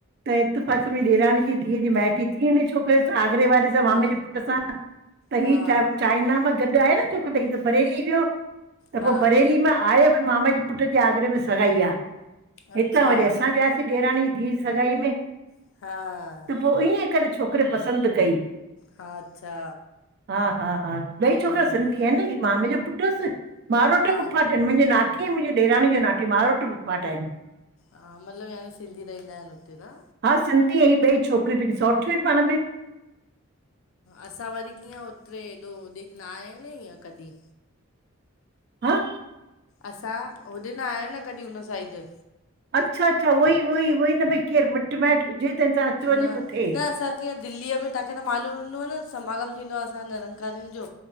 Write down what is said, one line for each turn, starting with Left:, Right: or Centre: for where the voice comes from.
Right: त हितफाक मुंहिंजी ॾेरानी जी धीअ जी माइटी थी हिने छोकिरे सा आगरे वारे सा।
Left: हा
Right: मामे जे पुट सां त
Left: हा
Right: ही च चाइना मां गॾु आहे न। ई त बरेली वियो त
Left: हा
Right: पोइ बरेली मां आयो मामा जे पुट जे आगरे में। सगाई आ
Left: अच्छा
Right: हितां वरी असां वियासीं ॾेराणी जि दिअ जि सगाई में।
Left: हा।
Right: त पोइ ईअं करे छोकिरी पसंदि कई।
Left: हा अच्छा।
Right: हा, हा, हा। ॿई छोकिरा
Left: हम्म
Right: सिंधी आहिनि न हीउ मामे जो पुट हूस मारोट
Left: हा
Right: जो फूफाट। मुंहिंजी नाठी मुंहिंज ॾेराणी जो नाठी मारोट फुफाट आहिनि।
Left: हा मतिलबु न सिंधी रहंदा आहिनि हुते न?
Right: हा। सिंधी ऐं ॿई छोकिरियूं पंहिंजूं सौठियूं आहिनि पाण में।
Left: असां वरी कीअं उतिरे। एॾो होॾीक न आहे, ईीअं कॾहिं।
Right: हअ।
Left: असां होॾे न आहियायूं न कॾहिं हुन साइड।
Right: अच्छा, अच्छा, उहो ई उहई उहो ई न भई केरु मिटु माइटु हुजे तंहिंसां अचु वञु
Left: न
Right: बि थिए।
Left: न असां कीअं दिल्लीअ में तव्हांखे त मालूम हूंदो आहे न समागम थींदो आहे असांजे निरंकारियनि जो।